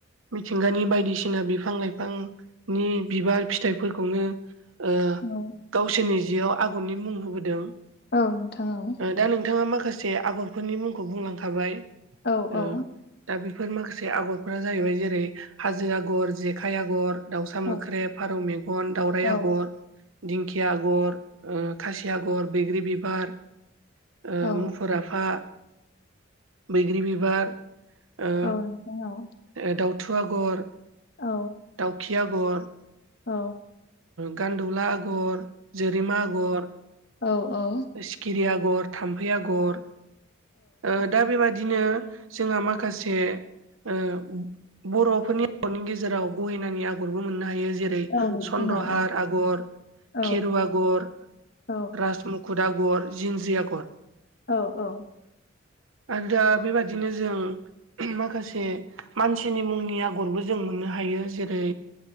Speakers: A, on the right; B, on the left.
A: मिथिंगानि बायदिसिना बिफां लाइफांनि बिबार फिथाइफोरखौनो ओ
B: औ
A: गावसोरनि जियाव आगरनि मुं होबोदों
B: औ नोंथां औ
A: ओ दा नोंथाङा माखासे आगरफोरनि मुंखौ बुंलांखाबाय
B: औ
A: ओ
B: औ
A: दा बेफोर माखासे आगरफोरा जाहैबाय जेरै हाजो आगर जेखाइ आगर दाउसा
B: औ
A: मोख्रे फारौ मेगन दावराइ
B: औ
A: आगर दिंखिया आगर खासि ओ आगर बैग्रि बिबार ओ
B: औ
A: मुफुर आफा बैग्रि बिबार ओ
B: औ नोंथां औ
A: ओ दाउथु आगर
B: औ
A: दाउखि आगर
B: औ
A: गान्दौला आगर जोरेमा आगर
B: औ औ
A: सिखिरि आगर थाम्फै आगर ओ दा बेबादिनो जोंहा माखासे ओ बर'फोरनि आरनि गेजेराव गहेनानि आगरबो मोननो हायो जेरै
B: औ नोंथां
A: चन्द्रहार
B: औ औ
A: आगर
B: औ
A: खेरु आगर
B: औ
A: राज मुखुद आगर जिन्जिया आगर
B: औ औ
A: आरो दा बेबादिनो जों माखासे मानसिनि मुंनि आगरबो जों मोननो हायो जेरै